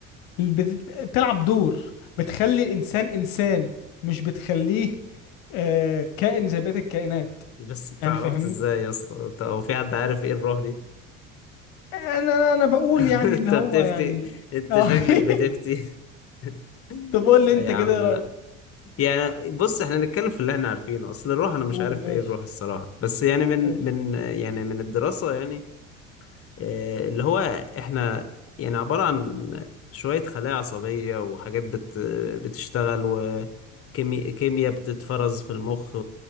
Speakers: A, on the left; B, on the left.
A: بت... بتلعب دور بتخلي الانسان انسان مش بتخليه آه، كائن زي بقية الكائنات
B: بس انت
A: يعني
B: عرفت
A: فاهمني
B: ازاي يا اسطى انت- هو في حد عارف ايه الروح دي
A: انا انا أنا بقول
B: <laughs>
A: يعني
B: انت
A: اللي هو
B: بتفتي
A: يعني
B: انت
A: اه
B: شكلك
A: <laughs>
B: بتفتي <laughs>
A: طب قول
B: لا
A: لي انت
B: يا عم
A: كده ايه رأيك
B: لا يعني بص احنا نتكلم في اللي احنا عارفينه اصل الروح انا مش
A: قول
B: عارف
A: ماشي
B: ايه الروح الصراحة بس يعني من
A: ماشي
B: من يعني من الدراسة يعني اه، اللي هو احنا يعني عبارة عن شوية خلايا عصبية وحاجات بت بتشتغل وكيمياء بتتفرز في المخ